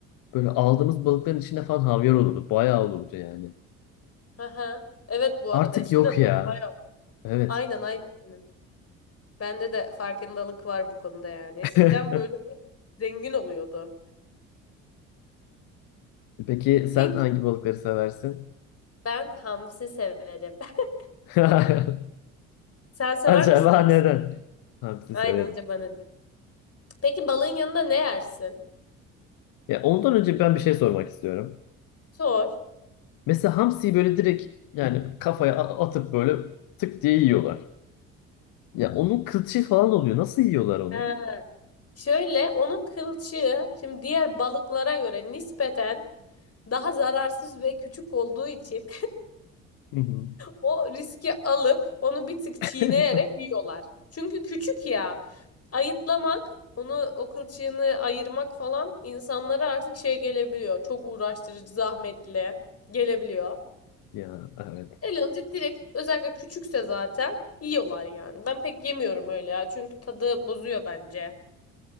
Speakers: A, on the left; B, on the left.
A: böyle aldığımız balıkların içinde falan havyar olurdu. Bayağı olurdu yani.
B: Hı hı. Evet bu
A: Artık
B: arada eskiden
A: yok ya.
B: bayağı.
A: Evet.
B: Aynen aynen. Bende de farkındalık var bu konuda yani.
A: <laughs>
B: Eskiden böyle zengin oluyordu.
A: Peki sen
B: Peki
A: hangi balıkları seversin?
B: ben hamsi severim. <laughs>
A: <laughs>
B: Sen sever
A: Acaba
B: misin hamsi?
A: neden? Hamsi
B: Aynen
A: severim.
B: önce bana. de. Peki balığın yanında ne yersin?
A: Ya ondan önce ben bir şey sormak istiyorum.
B: Sor.
A: Mesela hamsiyi böyle direkt yani kafaya a- atıp böyle tık diye yiyorlar. Ya onun kılçığı falan oluyor. Nasıl yiyorlar onu?
B: Ha, Şöyle onun kılçığı şimdi diğer balıklara göre nispeten daha zararsız ve küçük olduğu için
A: Hı hı.
B: O riski alıp onu bir tık
A: <laughs>
B: çiğneyerek yiyorlar. Çünkü küçük ya. Ayıtlamak, onu o kılçığını ayırmak falan insanlara artık şey gelebiliyor. Çok uğraştırıcı, zahmetli gelebiliyor.
A: Ya evet.
B: Elanca direkt özellikle küçükse zaten yiyorlar yani. Ben pek yemiyorum öyle ya. Çünkü tadı bozuyor bence.